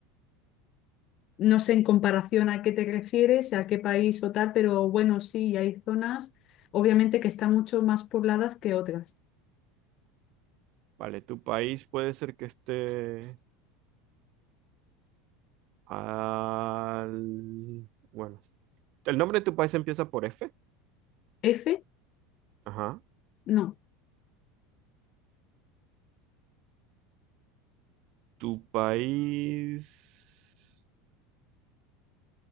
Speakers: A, on the left; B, on the right.
A: No sé en comparación a qué te refieres, a qué país o tal, pero bueno, sí, hay zonas, obviamente que están mucho más pobladas que otras.
B: ¿vale? Tu país puede ser que esté al... Bueno, el nombre de tu país empieza por F.
A: F,
B: Ajá.
A: no,
B: Tu país...